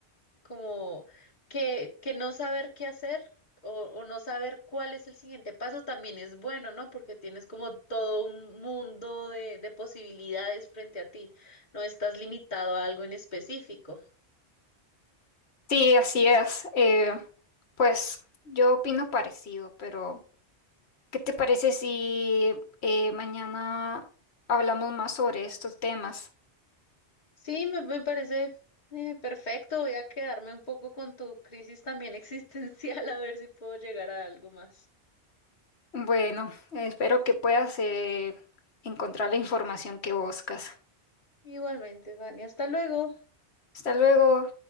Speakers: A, on the left; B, on the left.
A: como que, que no saber qué hacer o, o no saber cuál es el siguiente paso también es bueno, ¿no? Porque tienes como todo un mundo de, de posibilidades frente a ti, no estás limitado a algo en específico.
B: Sí, así es. Eh, pues yo opino parecido, pero... ¿Qué te parece si eh, mañana hablamos más sobre estos temas?
A: Sí, me, me parece eh, perfecto, voy a quedarme un poco con tu crisis también existencial <laughs> a ver si puedo llegar a algo más.
B: Bueno, espero que puedas eh, encontrar la información que buscas.
A: Igualmente, Vani, hasta luego.
B: Hasta luego.